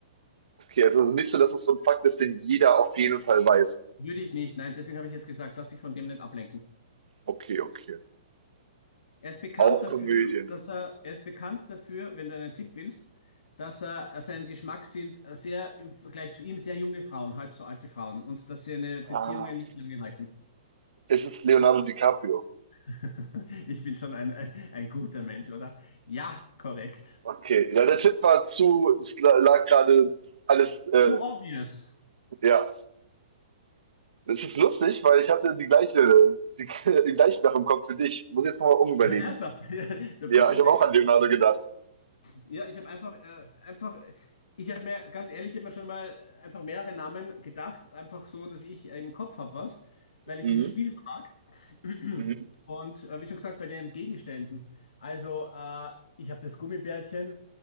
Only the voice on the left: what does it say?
Würde ich nicht. Nein, deswegen habe ich jetzt gesagt, lass dich von dem nicht ablenken.
Er ist bekannt
dafür,
dass er, er ist bekannt dafür, wenn du einen Tipp willst, dass er äh, sein Geschmack sind äh, sehr im Vergleich zu ihm sehr junge Frauen, halb so alte Frauen und dass seine Beziehungen
nicht lange halten.
<laughs> Ich bin schon ein, ein, ein guter Mensch, oder? Ja, korrekt.
Too obvious.
<laughs> Ernsthaft. <laughs> Du
bitte,
denk,
einfach.
Ja, ich habe einfach, äh, einfach, ich habe mir ganz ehrlich immer schon mal einfach mehrere Namen gedacht, einfach so, dass ich im Kopf habe was, weil ich
dieses Spiel so mag. <clears throat>
Und äh, wie schon gesagt, bei den Gegenständen. Also, äh, ich habe das Gummibärchen